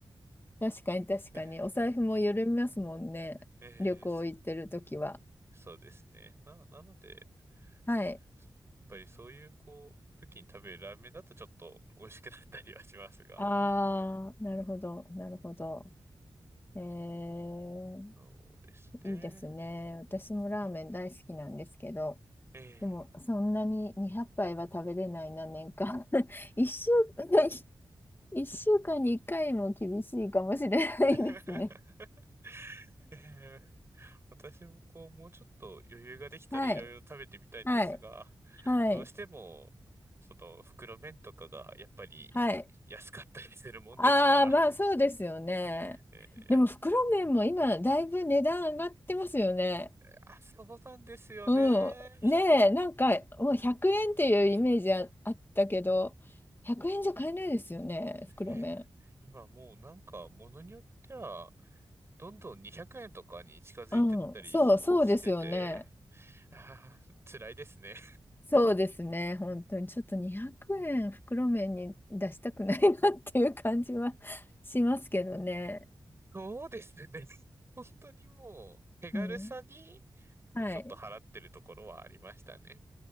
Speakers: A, on the left (about 25°); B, on the right (about 30°).
A: 確かに確かにお財布も緩みますもんね旅行行ってる時は。
B: <laughs> ええそそうですね。な、なので、や
A: はい
B: っぱりそういうこう、時に食べるラーメンだとちょっと美味しくなったりはしますが、
A: ああなるほどなるほど。えー、
B: そうですね。
A: いいですね私もラーメン大好きなんですけど。
B: ええ
A: でも、そんなに200杯は食べれないな、年間。<laughs> 一週、<laughs> 一週間に1回も厳しいかもしれないですね。
B: <laughs> ええ私もこう、もうちょっと余裕ができたらいろいろ食べてみたいんですが、
A: はい、はい、はい、
B: どうしても、その袋麺とかがやっぱり安かったりするもんですから、
A: はい。ああ、まあそうですよね。
B: えーやっぱり、
A: でも、袋麺も今、だいぶ値段上がってますよね。
B: あ、そうなんですよね。
A: うん。ねえ、なんか、もう100円っていうイメージあ、あったけど、100円じゃ買えないですよね、袋麺。
B: えー今もうなんか、ものによっては、どんどん200円とかに近づいてったりし、
A: うん、そう、そうですよね。
B: してて、あー、辛いですね。
A: そうですね、本当にちょっと200円袋麺に出したくないなっていう感じは <laughs> しますけどね。
B: そうですね。本当にもう、手軽さに、
A: うん、
B: こうちょっと払ってるところはありましたね。
A: はい、